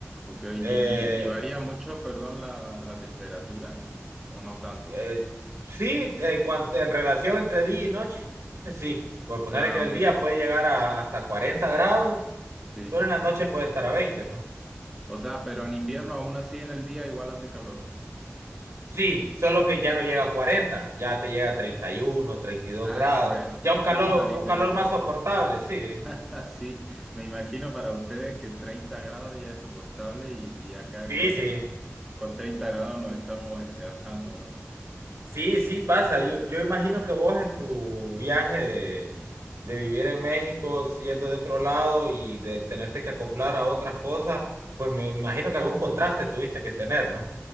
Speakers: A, in the centre; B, on the right (about 85°).
A: Ok, ¿Y,
B: Eh,
A: y, y varía mucho, perdón, la, la temperatura o no tanto?
B: Eh, sí, en cuanto en relación entre día y noche, sí. Por poner
A: Ah,
B: que en
A: ok,
B: el día puede llegar a hasta 40 grados,
A: sí.
B: pero en la noche puede estar a 20 pues.
A: O sea, pero en invierno aún así en el día igual hace calor.
B: Sí, solo que ya no llega a cuarenta ya te llega a treinta treinta y uno treinta y dos
A: Ah,
B: grados.
A: bueno,
B: Ya un
A: eso
B: calor,
A: es una diferencia.
B: un calor más soportable, sí. ¿eh?
A: <laughs> Así, me imagino para ustedes que 30 grados ya es soportable y, y acá
B: Sí,
A: con,
B: sí.
A: con 30 grados nos estamos este, asando, ¿no?
B: Sí, sí pasa. Yo, yo imagino que vos en tu viaje de, de vivir en México, siendo de otro lado y de tenerte que acoplar a otras cosas, pues me imagino que algún contraste tuviste que tener, ¿no?